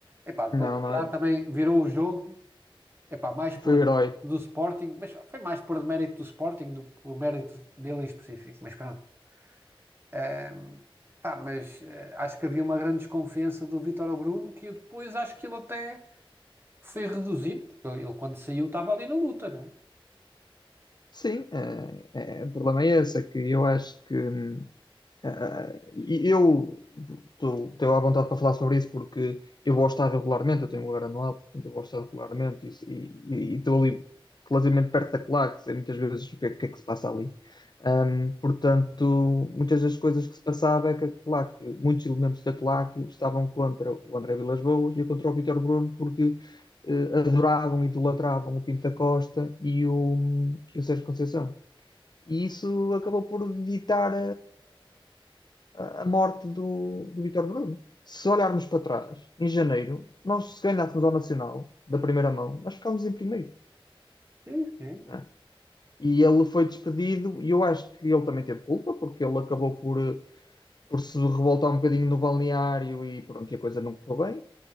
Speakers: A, on the right; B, on the left.
A: Epá, depois
B: não,
A: a verdade
B: não.
A: também virou o jogo Epá, mais por
B: Foi o herói.
A: do Sporting, mas foi mais por mérito do Sporting do que por mérito dele em específico, mas pronto. Ahm, pá, mas eh, acho que havia uma grande desconfiança do Vítor ao Bruno, que eu depois acho que ele até foi reduzido, porque ele quando saiu estava ali na luta, né?
B: Sim, eh, eh, o problema é esse, é que eu acho que hum, Ah, e eu estou estou à vontade para falar sobre isso porque eu vou ao estádio regularmente, eu tenho um anual, portanto eu vou ao estádio regularmente e e- e- e estou ali relativamente perto da claque, sei muitas vezes o que é, o que é que se passa ali. Ahm, portanto, muitas das coisas que se passava é que a claque, muitos elementos da claque estavam contra o André Vilas-Boas e contra o Vítor Bruno porque eh, adoravam e idolatravam o Pinto da Costa e o, e o Sérgio Conceição. E isso acabou por ditar a a morte do, do Vítor Bruno. Se olharmos para trás, em janeiro, nós se ganhássemos ao Nacional, da primeira mão, nós ficámos em primeiro.
A: Sim, sim.
B: né? E ele foi despedido, e eu acho que ele também teve culpa, porque ele acabou por, eh, por se revoltar um bocadinho no balneário e pronto, e a coisa não correu bem.